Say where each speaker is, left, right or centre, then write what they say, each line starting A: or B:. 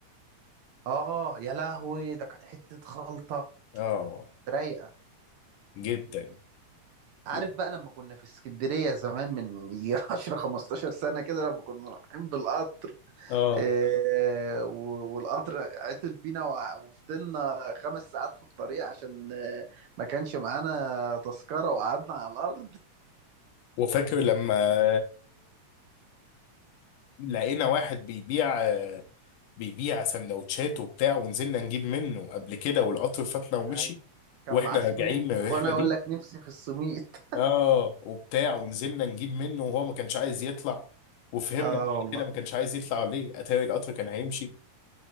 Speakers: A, on the right; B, on the left.
A: اه يا لهوي ده كانت حتة خلطة
B: اه
A: رايقه
B: جدا
A: عارف
B: و-
A: بقى لما كنا في اسكندريه زمان من يجي <laughs> 10 15 سنه كده لما كنا رايحين بالقطر
B: اه
A: آه و- والقطر عطل بينا وع- وفضلنا خمس ساعات في الطريق عشان آه ما كانش معانا تذكره وقعدنا على الارض
B: وفاكر لما لقينا واحد بيبيع بيبيع سندوتشات وبتاع ونزلنا نجيب منه قبل كده والقطر فاتنا ومشي
A: اي كان
B: واحنا
A: معاه سميط
B: راجعين من الرحله
A: وانا اقول
B: دي
A: لك نفسي في السميط
B: اه وبتاع ونزلنا نجيب منه وهو ما كانش عايز يطلع وفهمنا
A: اه
B: بعد
A: والله
B: كده ما كانش عايز يطلع ليه اتاري القطر كان هيمشي